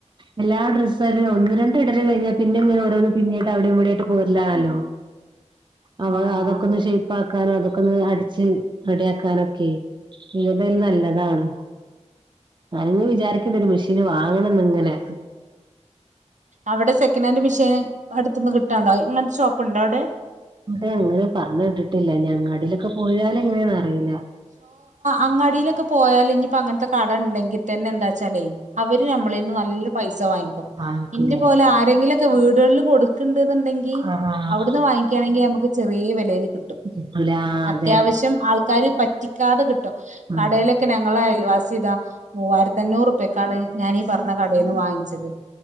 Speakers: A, on the right; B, on the right.
A: എല്ലാ ഡ്രസ്സാലും ഒന്ന് രണ്ട് ട്ട ഇടല് കഴിഞ്ഞാ പിന്നെ ഇങ്ങെ ഓരോന്ന് അവിടെയും ഇവിടെയുംവിടെയട്ട പോലാണല്ലോ അവ
B: ആഹ്
A: അതൊക്കെ
B: അതെ
A: ഒന്ന് ശ ഉപ്പാക്കാനും അതൊക്കെ ഒന്ന് അടിച്ച് റെഡിയാക്കാനൊക്കെ ഏതൽ നല്ലതാണ് അനഞ്ഞഞ് വിചാരിക്കുന്ന ഒരു മെഷീന് വാങ്ങണംന്ന് ഇങ്ങനെ
B: അവിടെ സെക്കൻഡ് ഹൻഡ് മെഷീൻ അടുനിന്ന് കിട്ടുണ്ടോങ്ങനത്തെ ഷോപ്പ്ണ്ടോ അവിടെ
A: അത അങ്ങനെ പറഞ്ഞ ഇട്ടിട്ടില്ല അങ്ങാടിയിലൊക്കെ പോയാലും എങ്ങനെയണ അറിയില്ല
B: അങ്ങാടിയിലൊക്കെ പോയാല ഇനിയിപ്പോ അങ്ങനത്തെ കട ഉണ്ടെങ്കിൽ തന്നെ എന്താ വെച്ചാലേ അവര് നമ്മളീന്ന് നല്ല പൈസ വാങ്ങിക്കും
A: വാങ്ങിക്കൂലേ
B: ഇന്റെ പോലെ ആരെങ്കിലും വീടുകളിൽ കൊടുക്കണ്ടന്നുണ്ടങ്കിൽ
A: ആഹ് ആഹ്
B: അവിടുന്ന് വാങ്ങിക്കുകയാണെങ്കിൽ നമുക്ക് ചെറിയ വിലയിൽ കിട്ടും
A: കിട്ടൂല ആഹ്
B: അത്യാവശ്യം
A: അതെ
B: ആൾക്കാര് പറ്റിക്കാതെ കിട്ടും
A: ഉം
B: കടെല് ഇപ്പം ഞങ്ങള അയൽവാസിതാ മൂവായിരത്തഞ്ഞൂറ്പ്യക്കാണ് ഞാനീ പറഞ്ഞ കടീന്ന് വാങ്ങിച്ചത്